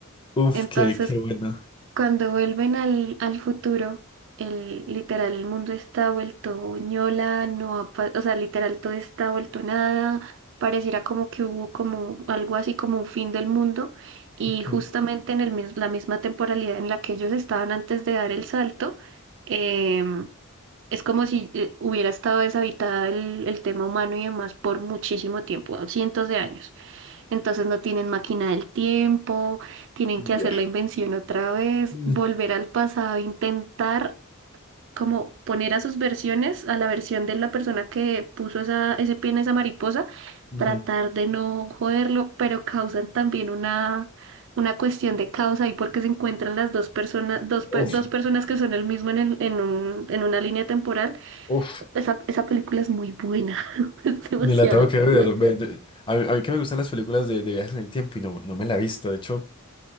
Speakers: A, on the left; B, on the right.
A: Uf,
B: Entonces,
A: qué, qué bueno.
B: Cuando vuelven al, al futuro, el, literal, el mundo está vuelto ñola, no ha pa- o sea, literal, todo está vuelto nada, pareciera como que hubo como algo así como un fin del mundo, y
A: Ok.
B: justamente en el, mis- la misma temporalidad en la que ellos estaban antes de dar el salto, em, es como si eh, hubiera estado deshabitada el, el tema humano y demás por muchísimo tiempo, cientos de años. Entonces no tienen máquina del tiempo, tienen que hacer
A: Ya.
B: la invención otra vez,
A: Mm,
B: volver al pasado, intentar como poner a sus versiones, a la versión de la persona que puso esa, ese pie en esa mariposa,
A: Ujú.
B: tratar de no joderlo, pero causan también una, una cuestión de causa ahí porque se encuentran las dos personas, dos, pe-
A: Uf,
B: dos personas que son el mismo en, el- en, un- en una línea temporal.
A: uf.
B: Esa, esa película es muy buena, <laughs> es demasiado
A: Me la tengo que ver.
B: buena.
A: ve, de- A mí, a mí que me gustan las películas de, de viajes en el tiempo y no, no me la he visto. De hecho,